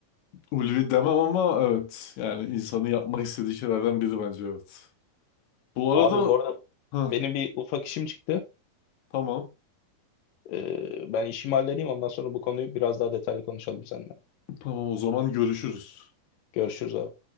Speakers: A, on the left; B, on the left.
A: Ulvi demem ama evet. Yani insanın yapmak istediği şeylerden biri bence evet. Bu
B: Abi
A: arada
B: bu arada
A: Heh,
B: benim bir ufak işim çıktı.
A: tamam.
B: E, ben işimi halledeyim ondan sonra bu konuyu biraz daha detaylı konuşalım seninle.
A: Tamam o zaman görüşürüz.
B: Görüşürüz abi.